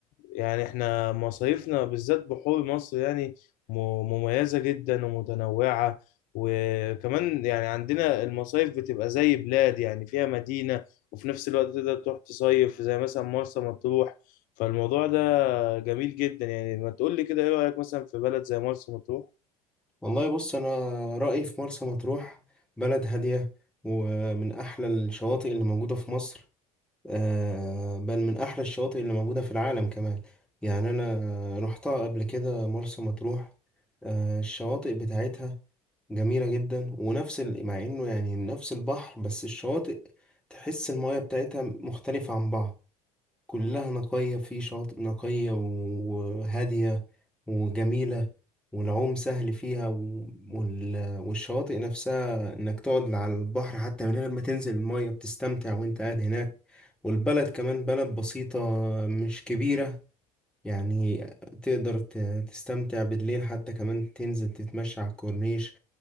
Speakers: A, on the left; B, in the centre.
A: يعني احنا مصايفنا بالذات بحور مصر يعني م- مميزة جدا ومتنوعة وكمان يعني عندنا المصايف بتبقى زي بلاد يعني فيها مدينة وفي نفس الوقت تقدر تروح تصيف زي مثلا مرسى مطروح فالموضوع ده جميل جدا يعني ما تقول لي كده ايه رأيك مثلا في بلد زي مرسى مطروح
B: والله بص انا رأيي في مرسى مطروح بلد هادية ومن احلى الشواطئ اللي موجودة في مصر آه، بل من أحلى الشواطئ اللي موجودة في العالم كمان يعني أنا رحتها قبل كده مرسى مطروح آه، الشواطئ بتاعتها جميلة جدا ونفس ال... مع إنه يعني نفس البحر بس الشواطئ تحس المياه بتاعتها مختلفة عن بعض كلها نقية في شواطئ نقية وهادية وجميلة والعوم سهل فيها و- وال- والشواطئ نفسها إنك تقعد على البحر حتى من غير ما تنزل المية بتستمتع وإنت قاعد هناك والبلد كمان بلد بسيطة مش كبيرة يعني تقدر ت- تستمتع بالليل حتى كمان تنزل تتمشى على الكورنيش